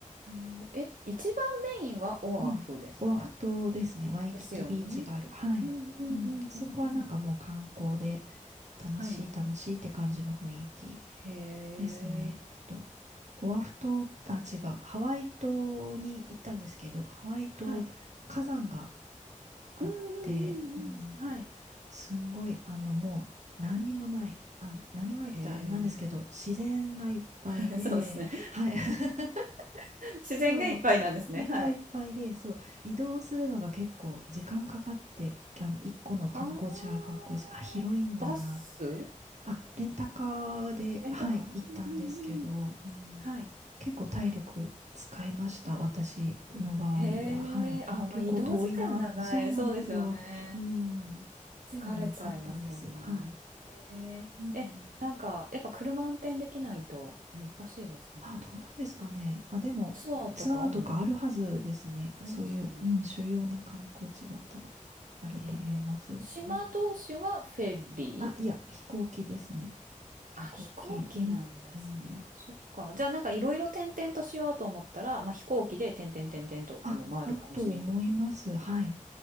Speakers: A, on the right; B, on the right.
A: へえ、え、一番メインはオアフですか？
B: うん。オアフ島ですね。ワイキキビーチがある。
A: ですよね。
B: はい。
A: うんうんうんうんうん。
B: うん。そこはなんかもう観光で楽しい楽しいって感じの雰囲気
A: はい。へ
B: ですね。
A: え。
B: と、オアフ島、あ、違う。ハワイ島に行ったんですけど、ハワイ島火山が
A: はい。
B: あって、
A: うんうんうんうん。
B: うん
A: はい。
B: すんごい、あの、もう何にもない。あ、何もないって言ったらあれなんですけど、
A: へえ。
B: 自然がいっぱいで、
A: <laughs> そうですね。
B: はい。<laughs>
A: 自然がいっぱいなんですね。
B: そう。自然がいっぱいで、
A: はい。
B: そう。移動するのが結構時間かかって、あの、一個の観光地がある観光地、
A: はあ。
B: あ、広いんだな
A: バス？
B: あ、レンタカーで、
A: レンタカー？
B: はい、行ったんですけど、
A: うんうんうんうん。
B: うん、
A: はい。
B: 結構体力使いました、私の場合は。
A: へ
B: はい。
A: え、あ、
B: あ、
A: まあ、
B: 結構遠いな。
A: 移動時間長い。
B: そうなんですよ。
A: そうですよね。
B: うん。
A: 疲れちゃいますよね。
B: でも良かったです。はい。
A: へえ。
B: うん。
A: え、なんか、やっぱ車運転できないと難しいですかね。
B: あ、どうなんですかね。あ、でも、
A: ツアーとかあるのか
B: ツアーとかあるはずですね。
A: ありますかね。
B: そういう、うん、主要な観光地だったら、あると思います。
A: へえ。島同士はフェリー
B: うんあ、いや、飛行機ですね。飛行機。
A: あ、飛行機なんですね。
B: うん。うん
A: そっか。じゃあなんかいろいろ転々としようと思ったら、まあ、飛行機で点々点々とこう回る感じに。
B: あ、だと思います。はい。